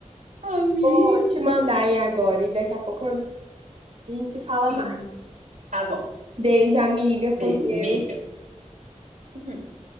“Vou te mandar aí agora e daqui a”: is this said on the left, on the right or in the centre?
Right